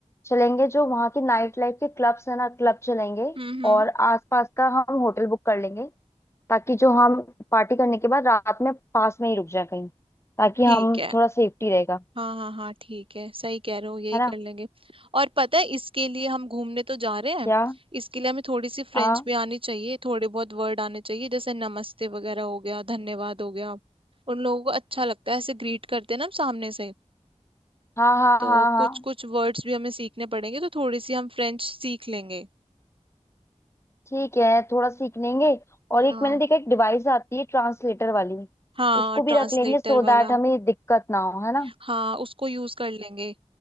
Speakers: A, on the left; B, on the right.
A: चलेंगे जो वहाँ के नाइट लाइफ के क्लब्स है ना क्लब चलेंगे
B: हम्म हम्म
A: और आसपास का हम होटल बुक कर लेंगे ताकि जो हम पार्टी करने के बाद रात में पास में ही रुक जाए कहीं ताकि
B: ठीक
A: हम
B: है
A: थोड़ा सेफ्टी रहेगा
B: हाँ हाँ हाँ ठीक है सही कह रहे हो यही
A: है
B: कर
A: ना
B: लेंगे और पता है इसके लिए हम घूमने तो जा रहे हैं
A: क्या
B: इसके लिए हमें थोड़ी सी फ्रेंच
A: हाँ
B: भी आनी चाहिए थोड़े बहुत वर्ड आने चाहिए जैसे नमस्ते वगैरह हो गया धन्यवाद हो गया उन लोगों को अच्छा लगता है ऐसे ग्रीट करते हैं ना हम सामने से
A: हाँ हाँ
B: तो
A: हाँ हाँ
B: कुछ कुछ वर्ड्स भी हमें सीखने पड़ेंगे तो थोड़ी सी हम फ्रेंच सीख लेंगे
A: ठीक है थोड़ा सीख लेंगे और एक
B: हाँ
A: मैंने देखा एक डिवाइस आती है ट्रांसलेटर वाली
B: हाँ
A: उसको भी
B: ट्रांसलेटर
A: रख लेंगे सो
B: वाला
A: दैट हमें दिक्कत ना हो है ना
B: हाँ उसको यूज कर लेंगे